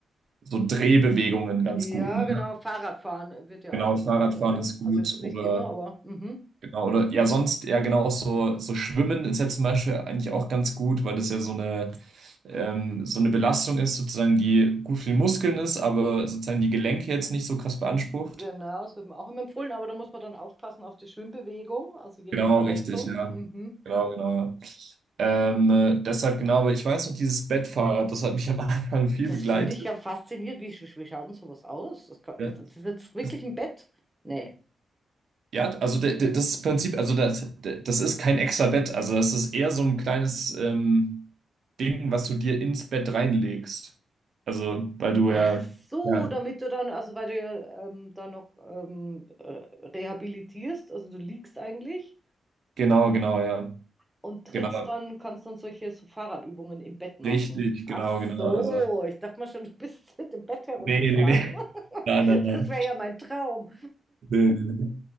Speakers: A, on the right; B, in the centre.
A: so Drehbewegungen ganz
B: Ja,
A: gut, ne?
B: genau. Fahrradfahren wird ja
A: Genau,
B: auch immer
A: Fahrradfahren
B: empfohlen.
A: ist gut
B: Also jetzt nicht
A: oder
B: immer, aber mhm.
A: genau, oder ja, sonst ja genau auch so, so Schwimmen ist ja zum Beispiel eigentlich auch ganz gut, weil das ja so eine ähm, so eine Belastung ist, sozusagen, die gut für die Muskeln ist, aber sozusagen die Gelenke jetzt nicht so krass beansprucht.
B: Genau, das wird mir auch immer empfohlen, aber da muss man dann aufpassen auf die Schwimmbewegung, also je
A: Genau,
B: nach Verletzung.
A: richtig, ja.
B: Mhm.
A: Genau, genau, ja. Ähm, äh, deshalb genau, aber ich weiß noch, dieses Bettfahrrad, das hat mich am <laughs> Anfang viel
B: Das
A: begleitet.
B: finde ich ja faszinierend. Wie, sch- wie schaut denn sowas aus? Das kann,
A: Ja,
B: ist, ist das jetzt wirklich
A: das,
B: ein Bett? Nee.
A: ja, also de, de, das Prinzip, also das, de, das ist kein extra Bett, also das ist eher so ein kleines ähm, Ding, was du dir ins Bett reinlegst. Also, weil du
B: Ach
A: ja,
B: so,
A: ja,
B: damit du dann, also weil du ja, ähm, da noch ähm, äh, rehabilitierst, also du liegst eigentlich
A: genau, genau, ja,
B: und trittst
A: genau,
B: dann, kannst dann solche so Fahrradübungen im Bett machen.
A: richtig,
B: Ach
A: genau, genau,
B: so,
A: also,
B: ich dachte mal schon, du bist mit dem Bett herumgefahren.
A: nee, nee, nee,
B: <laughs>
A: <laughs> nein, nein, nein,
B: Das wäre ja mein Traum.
A: nee, nee. nee.